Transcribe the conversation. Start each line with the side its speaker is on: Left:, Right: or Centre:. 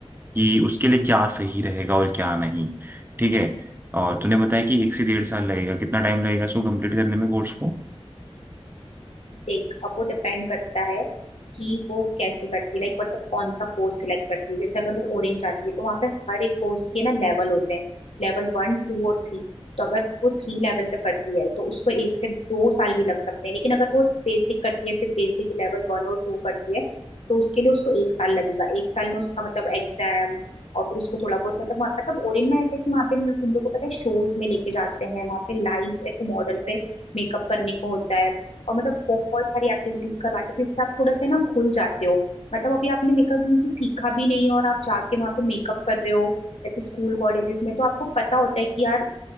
Right: कि उसके लिए क्या सही रहेगा और क्या नहीं ठीक है और तूने बताया कि एक से डेढ़ साल लगेगा कितना टाइम लगेगा इसको कंप्लीट करने में कोर्स को
Left: देख अब वो डिपेंड करता है कि वो कैसे करती है लाइक मतलब कौन सा कोर्स सिलेक्ट करती है जैसे अगर वो ऑरेंज आती है तो वहाँ पे हर एक कोर्स के ना लेवल होते हैं लेवल वन टू और थ्री तो अगर वो थ्री लेवल तक करती है तो उसको एक से दो साल भी लग सकते हैं लेकिन अगर वो बेसिक करती है सिर्फ बेसिक लेवल वन और टू करती है तो उसके लिए उसको एक साल लगेगा एक साल में उसका मतलब एग्जाम और फिर उसको थोड़ा बहुत मतलब वहाँ- मतलब ओरिन में ऐसा है कि वहाँ पे उन उन लोगों को पता है शोज में लेके जाते हैं वहाँ पे लाइव ऐसे मॉडल पे मेकअप करने को होता है और मतलब बहुत सारी एक्टिविटीज करवाते थे जिससे आप थोड़ा सा ना खुल जाते हो मतलब अभी आपने मेकअप हमसे सीखा भी नहीं है और आप जाके वहाँ पे मेकअप कर रहे हो ऐसे स्कूल कॉलेजेस में तो आपको पता होता है कि यार